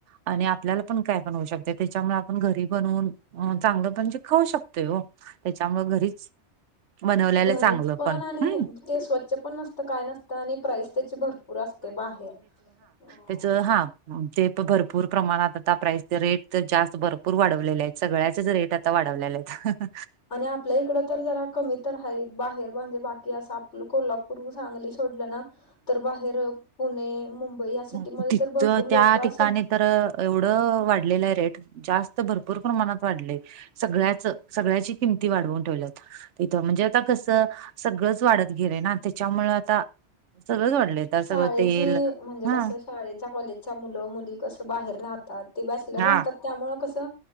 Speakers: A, on the right; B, on the left.
A: आणि आपल्याला पण काय पण होऊ शकतंय त्याच्यामुळं आपण घरी बनवून अ चांगलं म्हणजे खाऊ शकतोय ओ त्याच्यामुळं घरीच बनवल्यालं
B: घरीच
A: चांगलं पण
B: आणि
A: हम्म
B: ते स्वच्छ पण नसत काय नसत आणि प्राईस त्याची भरपूर असते बाहेर अ
A: त्याचं हा ते प भरपूर प्रमाणात आता प्राईस ते रेट त जास्त भरपूर वाढवलेले आहेत सगळ्याच रेट आ आता वाढवल्याले येत.
B: आणि आपल्या इकडं तर जरा कमी तर हाईत बाहेर म्हणजे बाकी असं आपलं कोल्हापूर सांगली सोडलं ना तर बाहेर पुणे मुंबई सिटीमध्ये
A: म तिथं
B: तर भरपूर लोक
A: त्या
B: असं
A: ठिकाणी तर एवढं वाढलेलंय रेट जास्त त भरपूर प्रमाणात वाढलंय सगळ्याचं सगळ्याची किंमती वाढवून ठेवल्यात. तिथं म्हणजे आता कसं सगळंच वाढत गेलंय ना त्याच्यामुळं आता सगळंच वाढलंय आता
B: शाळेची
A: सगळं तेल
B: म्हणजे
A: हा
B: कसं शाळेच्या कॉलेजच्या मुलं मुली कसं बाहेर राहतात ते बॅचलर
A: हा
B: राहतात. त्यामुळं कसं